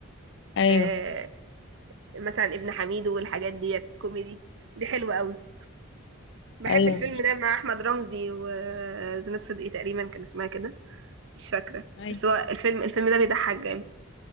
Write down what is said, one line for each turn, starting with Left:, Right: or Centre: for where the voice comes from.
Left: ايوه
Right: آه مثلا ابن حميد والحاجات ديت كوميدي دي حلوه قوي بحب
Left: ايوه
Right: الفيلم ده مع احمد رمزي وزينب صدقي تقريبا كان اسمها كده مش فاكره
Left: ايوه
Right: بس هو الفيلم الفيلم ده بيضحك جامد